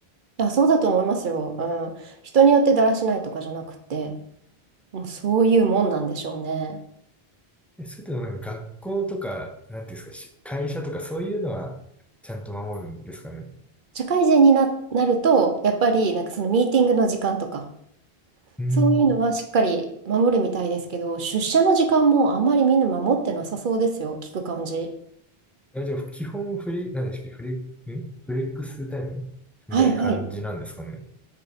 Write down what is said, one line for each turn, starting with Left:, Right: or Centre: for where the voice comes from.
Right: あ、そうだと思いますよ。うん。人によってだらしないとかじゃなくて。もうそういうもんなんでしょうね。
Centre: え、それともなんか学校とか、なんていうんですか、し会社とかそういうのはちゃんと守るんですかね。
Right: 社会人にな、なると、やっぱりなんかそのミーティングの時間とか、
Centre: うーん。
Right: そういうのはしっかり守るみたいですけど、出社の時間もあんまりみんな守ってなさそうですよ、聞く感じ。
Centre: あ、じゃあ基本フリ、何でしたっけフレ、んフレックスタイムみたいな感じなんですかね。
Right: はいはい。